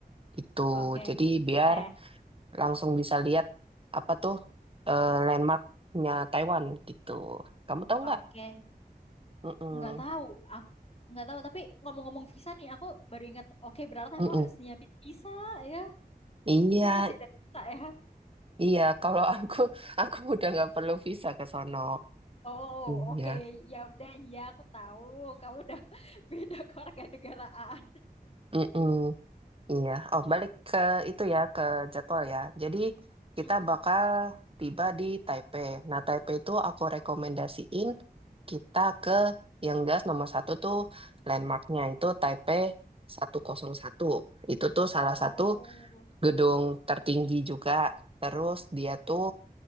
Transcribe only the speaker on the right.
Gitu.
Jadi biar
langsung bisa lihat apa tuh eh, landmarknya Taiwan gitu. Kamu tahu
nggak? Mm-mm.
Mm-mm.
Iya,
Iya, kalau <laughs> aku aku udah nggak perlu visa ke sono.
Iya.
Mm-mm. Iya. Oh, balik ke itu ya ke jadwal ya. Jadi kita
bakal tiba di Taipei. Nah, Taipei itu aku rekomendasiin kita ke yang jelas nomor satu tuh landmarknya itu Taipei 101. Itu tuh salah
satu gedung tertinggi juga. Terus dia tuh